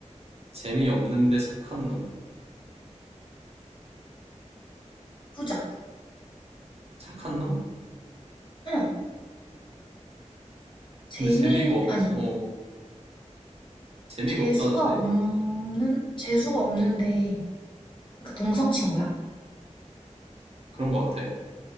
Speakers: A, on the right; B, on the left.
A: 재미없는데 착한 놈.
B: 후자.
A: 착한 놈?
B: 응. 재미,
A: 근데 재미가
B: 아니,
A: 어 재미가
B: 재수가
A: 없다는데?
B: 없는, 재수가 없는데, 그러니까 동성 친구야?
A: 그런 것 같아.